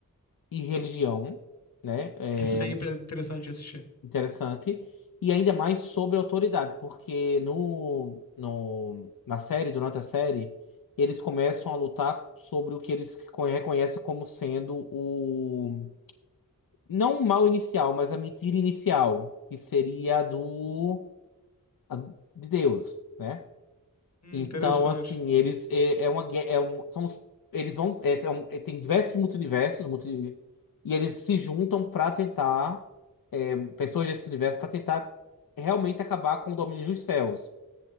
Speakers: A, on the left; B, on the left.
A: e religião, né? É
B: Que sempre é interessante de assistir.
A: interessante. E ainda mais sobre autoridade, porque no, no, na série, durante a série, eles começam a lutar sobre o que eles co- reconhecem como sendo o. Não o mal inicial, mas a mentira inicial, que seria a do. a de Deus, né?
B: Hum,
A: Então,
B: interessante.
A: assim, eles é, é uma gue- é um, são os- eles vão é, são- é, tem diversos multiversos, multi, e eles se juntam para tentar pessoas desse universo para tentar realmente acabar com o domínio dos céus,